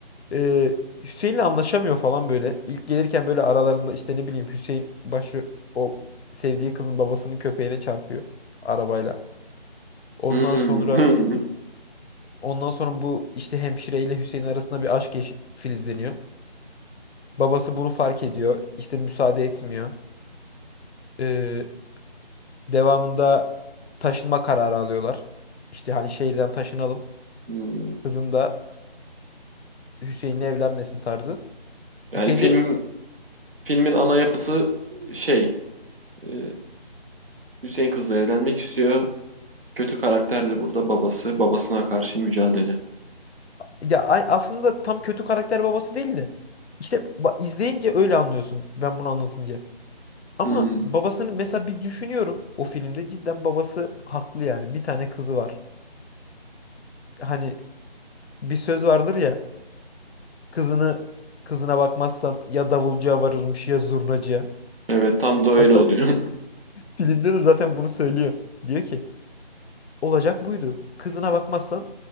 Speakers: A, on the left; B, on the right.
A: e, Hüseyin'le anlaşamıyor falan böyle. İlk gelirken böyle aralarında işte ne bileyim Hüseyin başı o sevdiği kızın babasının köpeğine çarpıyor arabayla. Ondan
B: Hmm,
A: sonra
B: <laughs> hmm,
A: ondan sonra bu işte hemşire ile Hüseyin arasında bir aşk yaş- filizleniyor. Babası bunu fark ediyor. İşte müsaade etmiyor. Ee, devamında taşınma kararı alıyorlar. İşte hani şehirden taşınalım.
B: hmm.
A: Kızım da Hüseyin'le evlenmesin tarzı.
B: Yani
A: Hüseyin
B: filmin
A: de
B: filmin ana yapısı şey e, Hüseyin kızla evlenmek istiyor. Kötü karakter de burada babası. Babasına karşı mücadele.
A: Ya a- aslında tam kötü karakter babası değil de işte ba- izleyince öyle anlıyorsun ben bunu anlatınca. Ama
B: Hmm,
A: babasını mesela bir düşünüyorum o filmde cidden babası haklı yani. Bir tane kızı var. Hani bir söz vardır ya kızını kızına bakmazsan ya davulcuya varırmış ya zurnacıya.
B: Evet tam da öyle
A: Hatta
B: oluyor.
A: filmde de zaten bunu söylüyor. Diyor ki olacak buydu. Kızına bakmazsan